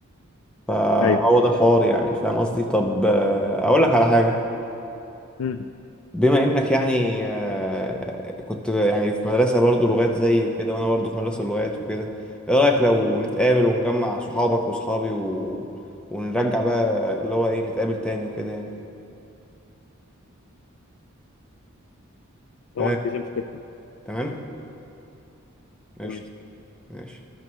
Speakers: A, in the centre; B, on the left.
A: فهو
B: ايوه
A: ده الحوار يعني فاهم قصدي طب آه، اقول لك على حاجه
B: امم
A: بما انك يعني آه، كنت يعني في مدرسة برضو لغات زي وكده وانا برضو في مدرسة لغات وكده ايه رأيك لو نتقابل ونجمع صحابك وصحابي و... ونرجع بقى اللي هو ايه نتقابل تاني وكده يعني
B: طبعا
A: آه،
B: مفيش مشكلة
A: تمام قشطة
B: تمام
A: ماشي